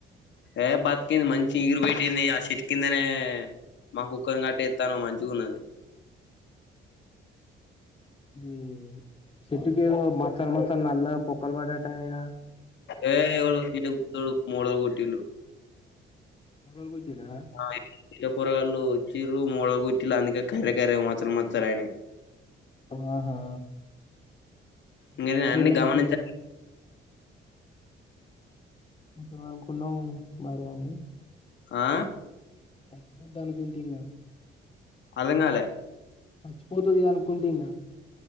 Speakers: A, on the left (about 65°); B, on the left (about 25°).
A: ఏ బతికింది మంచి ఇగురు పెట్టింది. ఆ చెట్టు కిందనే మా కుక్కని కట్టేస్తాన్నాము మంచిగా ఉన్నది.
B: మ్ చెట్టు కేందో మచ్చలు మచ్చలు నల్లగా పొక్కలు పడ్డట్టు అయ్ గా
A: ఏ ఊరుకుతాడు మొదలు కొట్టిండు.
B: ముల్లలు కుట్టిర్రా
A: అ చిన్న పోరగాళ్ళలు వచ్చిర్రు మూలగుట్టిలు అందుకే కర్రె కర్రె మచ్చలు మచ్చలు అయినాయి.
B: ఆహా!
A: ఇంగ
B: చచ్చిపోయింది
A: నేను అన్నీ
B: అనుకుంటి
A: గమనించ
B: ఇంతదాకా ఉన్నావ్ మరిఏమీ?
A: ఆ
B: చచ్చిపోది అనుకుంటున్నా.
A: అర్థం కాలే
B: చచ్చిపోతాది అనుకుంటున్నా.